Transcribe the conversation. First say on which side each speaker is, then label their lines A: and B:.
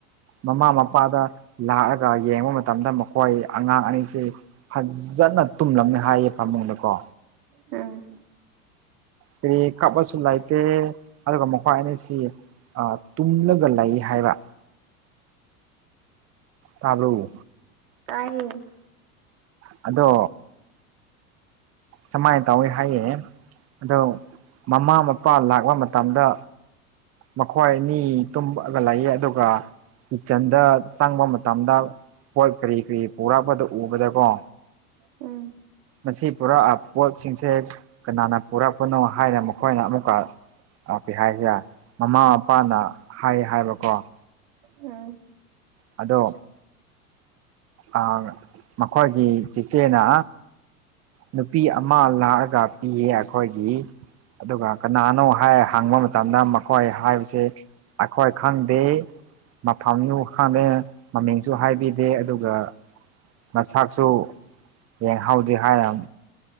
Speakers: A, on the right; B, on the right.
A: ꯃꯃꯥ ꯃꯄꯥꯗ ꯂꯥꯛꯑꯒ ꯌꯦꯡꯕ ꯃꯇꯝꯗ ꯃꯈꯣꯏ ꯑꯉꯥꯡ ꯑꯅꯤꯁꯀꯦ ꯐꯖꯅ ꯇꯨꯝꯂꯝꯃꯦ ꯍꯥꯏꯌꯦ ꯐꯃꯨꯡꯗ ꯀꯣ
B: ꯎꯝ
A: ꯀꯔꯤ ꯀꯞꯄꯁꯨ ꯂꯩꯇꯦ ꯑꯗꯨꯒ ꯃꯈꯣꯏ ꯑꯅꯤꯁꯤ ꯑ ꯇꯨꯝꯂꯒ ꯂꯩ ꯍꯥꯏꯕ ꯇꯕ꯭ꯔꯣ
B: ꯇꯥꯏꯌꯦ
A: ꯑꯗꯣ ꯁꯨꯃꯥꯏꯅ ꯇꯧꯋꯦ ꯍꯥꯏꯌꯦ ꯑꯗꯣ ꯃꯃꯥ ꯃꯄꯥ ꯂꯥꯛꯄ ꯃꯇꯝꯗ ꯃꯈꯣꯏ ꯑꯅꯤ ꯇꯨꯝꯑꯒ ꯂꯩꯌꯦ ꯑꯗꯨꯒ ꯀꯤꯠꯆꯟꯗ ꯆꯪꯕ ꯃꯇꯝꯗ ꯄꯣꯠ ꯀꯔꯤ ꯀꯔꯤ ꯄꯨꯔꯛꯄꯗ ꯎꯕꯗꯀꯣ
B: ꯎꯝ
A: ꯃꯁꯤ ꯄꯨꯔꯛꯑ ꯄꯣꯠꯁꯤꯡꯁꯦ ꯀꯅꯥꯅ ꯄꯨꯔꯛꯄꯅꯣ ꯍꯥꯏꯅ ꯃꯈꯣꯏꯅ ꯑꯃꯨꯛꯀ ꯀꯩꯍꯥꯏꯖꯤꯔꯦ ꯃꯃꯥ ꯃꯄꯥꯅ ꯍꯥꯏ ꯍꯥꯏꯕꯀꯣ
B: ꯎꯝ
A: ꯑꯗꯣ ꯑꯥ ꯃꯈꯣꯏꯒꯤ ꯆꯦꯆꯦꯅ ꯅꯨꯄꯤ ꯑꯃ ꯂꯥꯛꯑꯒ ꯄꯤꯌꯦ ꯑꯩꯈꯣꯏꯒꯤ ꯑꯗꯨꯒ ꯀꯅꯥꯅꯣ ꯍꯥꯏ ꯍꯪꯕ ꯃꯇꯝꯗ ꯃꯈꯣꯏ ꯍꯥꯏꯕꯁꯦ ꯑꯩꯈꯣꯏ ꯈꯪꯗꯦ ꯃꯐꯝꯗꯨ ꯈꯪꯗꯦ ꯃꯃꯤꯡꯁꯨ ꯍꯥꯏꯕꯤꯗꯦ ꯑꯗꯨꯒ ꯃꯁꯥꯛꯁꯨ ꯌꯦꯡꯍꯥꯎꯗꯦ ꯍꯥꯏꯅ